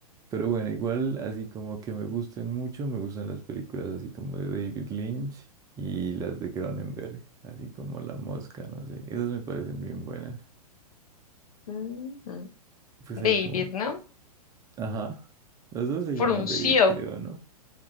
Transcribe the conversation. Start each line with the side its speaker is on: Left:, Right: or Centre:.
Right: Pero bueno, igual así como que me gusten mucho, me gustan las películas así como de David Lynch y las de Cronenberg, así como La Mosca, no sé, esas me parecen bien buenas.
Left: ujú.
Right: Pues
Left: David,
Right: ahí como,
Left: ¿no?
Right: ajá, los dos se llaman
Left: Frunció.
Right: David, creo, ¿no?